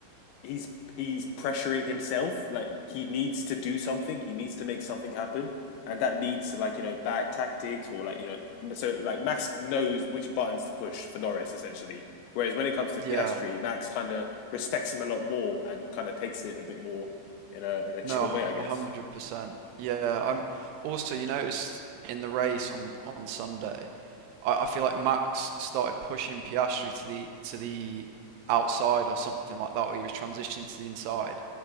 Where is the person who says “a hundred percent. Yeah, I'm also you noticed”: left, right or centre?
Right